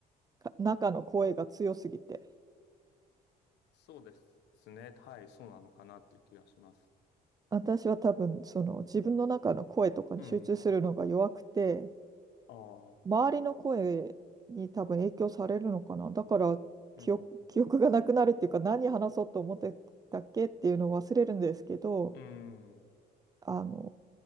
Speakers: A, on the right; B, on the left.
A: か中の声が強すぎて。
B: そうですね。はい。そうなのかなっていう気がします。
A: 私は多分、その自分の中の声とかに集中するのが弱くて、
B: うん。ああ。
A: 周りの声に多分影響されるのかな。だから記憶、
B: うん。
A: 記憶がなくなるっていうか、何話そうと思ってたっけっていうのを忘れるんですけど、
B: うん。
A: あの、